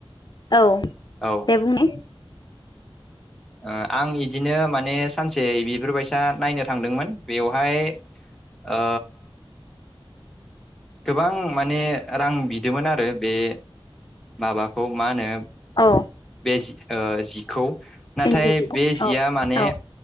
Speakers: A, on the left; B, in the centre.
A: औ
B: औ
A: दे बुं ने
B: ओ आं इदिनो माने सानसे बिफोरबायसा नायनो थांदोंमोन बेवहाय ओ गोबां माने रां बिदोंमोन आरो बे माबाखौ मा होनो
A: औ
B: बे जि जिखौ नाथाय
A: इन्दि जिखौ
B: बे जिया
A: औ
B: माने
A: औ